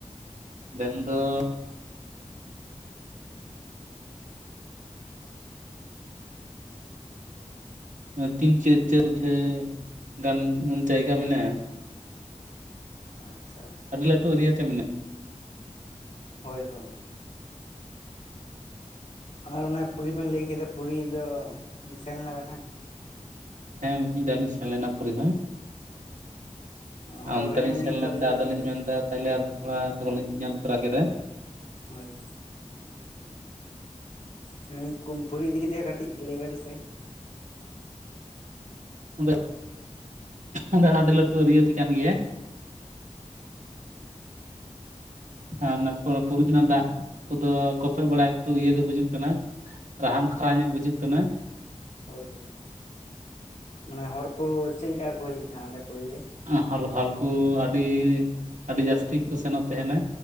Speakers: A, on the right; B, on the left.
A: ᱰᱮᱢ ᱫᱚ ᱛᱤᱱ ᱪᱟᱹ ᱪᱟᱹᱞ ᱡᱮ ᱜᱟᱱ ᱩᱱ ᱡᱟᱭᱜᱟ ᱢᱮᱱᱟᱜᱼᱟ
B: ᱟᱪᱪᱷᱟ ᱟᱪᱪᱷᱟ
A: ᱟᱹᱰᱤ ᱞᱟᱹᱴᱩ ᱮᱨᱤᱭᱟᱹ ᱛᱮ ᱢᱮᱱᱟᱜ
B: ᱦᱳᱭ ᱦᱳᱭ ᱟᱨ ᱚᱱᱟ ᱯᱩᱨᱤ ᱵᱮᱱ ᱞᱮᱭ ᱠᱮᱫᱟ ᱯᱩᱨᱤ ᱫᱚ ᱥᱮᱱ ᱞᱮᱱᱟᱵᱮᱱ ᱦᱟᱝ
A: ᱦᱮᱸ ᱢᱤ ᱢᱤᱫ ᱫᱷᱟᱣ ᱞᱤᱧ ᱥᱮᱱ ᱞᱮᱱᱟ ᱯᱩᱨᱤ ᱦᱚᱸ ᱟ
B: ᱦᱳᱭ
A: ᱚᱱᱛᱮ
B: ᱦᱳᱭ
A: ᱞᱤᱧ
B: ᱚᱱᱟ ᱤᱫᱤ
A: ᱥᱮᱱ
B: ᱠᱟᱛᱮ
A: ᱞᱮᱱᱛᱮ
B: ᱞᱟᱹᱭ
A: ᱟᱫᱚᱞᱤᱧ
B: ᱵᱮᱱ ᱠᱟᱹᱴᱤᱡ
A: ᱢᱮᱱᱫᱟ ᱛᱟᱦᱞᱮ ᱟᱨ ᱛᱷᱚᱲᱟ ᱟᱛᱳ ᱦᱚ ᱞᱤᱧ ᱧᱮᱞ ᱛᱚᱨᱟ ᱠᱮᱫᱟ
B: ᱦᱳᱭ ᱢᱟᱱᱫᱟᱧ ᱠᱚᱢ ᱯᱩᱨᱤ ᱤᱫᱤ ᱠᱟᱛᱮᱜ ᱦᱚᱸ ᱠᱟᱹᱴᱤᱡ ᱞᱮᱭᱵᱮᱱ ᱥᱮ
A: ᱚᱸᱰᱮ ᱚᱸᱰᱮ ᱟᱹᱰᱤ ᱞᱟᱹᱴᱩ ᱮᱨᱤᱭᱟᱛᱮ ᱠᱟᱱ ᱜᱮᱭᱟ
B: ᱦᱩᱸ
A: ᱟᱨ ᱚᱱᱟ ᱚᱱᱟ ᱯᱩᱨᱤ ᱨᱮᱱᱟᱜ ᱫᱟᱜ ᱠᱚᱫᱚ ᱠᱚᱯᱮᱜ ᱵᱟᱲᱟᱭ ᱮᱠᱴᱩ ᱤᱭᱟᱹ ᱜᱮ ᱵᱩᱡᱩᱜ ᱠᱟᱱᱟ ᱨᱟᱦᱟᱱ ᱠᱷᱟᱨᱟ ᱧᱚᱜ ᱵᱩᱡᱟᱹᱜ ᱠᱟᱱᱟ
B: ᱦᱳᱭ ᱦᱳᱭ ᱢᱟᱱᱮ ᱦᱚᱲ ᱠᱚ ᱪᱮᱜ ᱞᱮᱠᱟ ᱠᱚ ᱦᱤᱡᱩᱜ ᱛᱟᱦᱮᱸᱱᱟ ᱚᱸᱰᱮ ᱯᱩᱨᱤ ᱨᱮ
A: ᱚᱸ ᱦᱚᱞ ᱦᱚᱞ ᱠᱚ ᱟᱹᱰᱤ ᱟᱹᱰᱤ ᱡᱟᱹᱥᱛᱤ ᱠᱚ ᱥᱮᱱᱚᱜ ᱛᱟᱦᱮᱱᱟ